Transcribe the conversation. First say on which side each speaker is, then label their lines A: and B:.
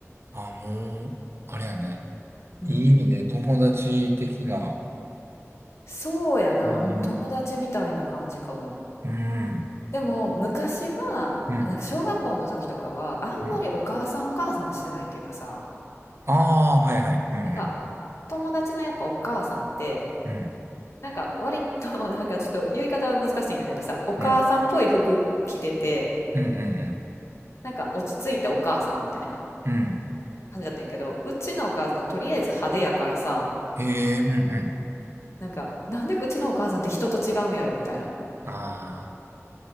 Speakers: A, on the right; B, on the left.
A: あ、もう、あれやね。
B: うん。
A: いい意味で友達的な。
B: そうやな、
A: うん。
B: うん、友達みたいな感じかも。
A: うん、
B: でも昔は、
A: うん、
B: なんか小学校の時とかは、あんまりお母さんお母さんしてないっていうかさ、
A: うん。ああ、はいはい。うん、
B: なんか友達のやっぱお母さんって、
A: うん、
B: なんか割と <laughs> なんかちょっと言い方は難しいんやけどさ、お母さんっぽい服着てて、
A: うん、うん、うん、
B: なんか落ち着いたお母さんみたいな
A: うん、うん。うん
B: 感じだったんやけど、うちのお母さんとりあえず派手やからさ、
A: ええ、うん、うん。
B: なんか、なんでうちのお母さんって人と違うんやろみたいな。
A: ああ、